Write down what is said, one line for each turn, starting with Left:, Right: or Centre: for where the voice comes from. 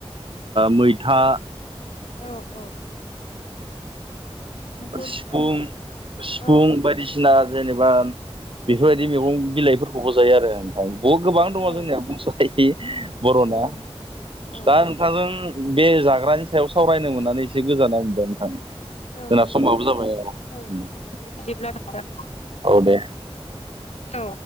Right: मैथा
Left: औ औ नंगौ
Right: सिफुं
Left: नोंथां
Right: सिफुं
Left: औ
Right: बायदिसिना जेनेबा बेफोरबायदि मैगं बिलाइफोरखौबो जायो आरो नोंथां गोबां दङ
Left: औ
Right: जोंनिया बुंस' हायि बर'ना
Left: औ औ
Right: दा नोंथांजों बे जाग्रानि सायाव सावरायनो मोननानै एसे गोजोननाय मोनबाय नोंथां
Left: औ
Right: जोंना
Left: नंगौ
Right: समाबो
Left: नोंथां
Right: जाबाय
Left: औ बिदिब्ला नोंथां
Right: औ दे
Left: औ